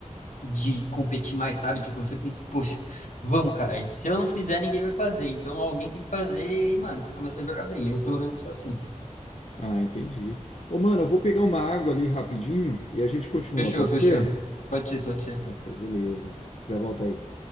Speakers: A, on the left; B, on the left.
A: de competir mais, sabe? Tipo, você pensa, poxa, vamos, cara, e se eu não fizer, ninguém vai fazer, então alguém tem que fazer, e, mano, você começa a jogar bem. Eu, pelo menos, sou assim.
B: Ah, entendi. Ô, mano, eu vou pegar uma água ali rapidinho e a gente continua,
A: Fechou,
B: pode
A: fechou.
B: ser?
A: Pode ser, pode ser.
B: Pode ser, beleza. Já volto aí.